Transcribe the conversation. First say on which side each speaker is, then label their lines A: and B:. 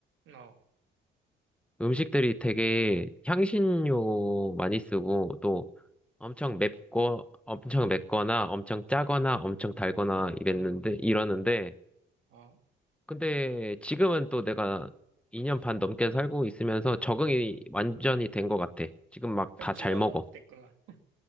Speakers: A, on the right; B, in the centre.
A: 어,
B: 음식들이 되게 향신료 많이 쓰고 또 엄청 맵고 엄청 맵거나 엄청 짜거나 엄청 달거나 이랬는데 이러는데
A: 어,
B: 근데 지금은 또 내가 2년 반 넘게 살고 있으면서 적응이 완전히 된 것 같아. 지금 막
A: 현지화
B: 다 잘 먹어.
A: 됐구나.